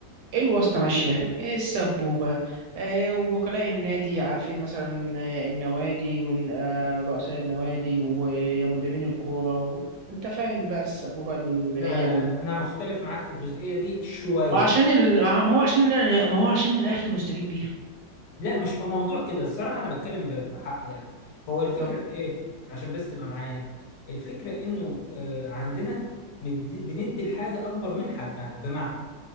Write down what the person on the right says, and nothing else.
ايه الواسطة ماشية إيه السبوبة إيه وكلاء النادي عارفين مثلا آه، النوادي ورؤساء النوادي ومديرين الكورة و... انت فاهم بقى السبوبة اللي
هي
من
ما عشان ال... ما هو عشان ال... ما هو عشان الأهلي مستفيد بيها
طب